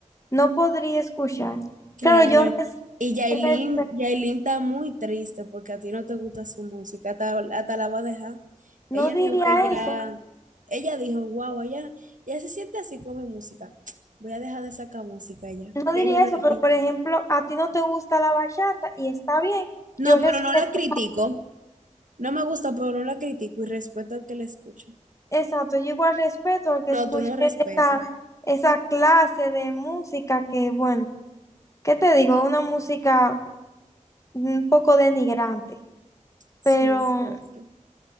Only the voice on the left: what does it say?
no podría escuchar.
Claro, yo
res-
respeto,
no
diría
eso,
no diría
eso,
pero por ejemplo, a ti no te gusta la bachata y está bien,
yo respeto.
Exacto, yo igual respeto al que
escuche
esa, esa clase de música que, bueno, ¿qué te digo? Una música un poco denigrante,
pero,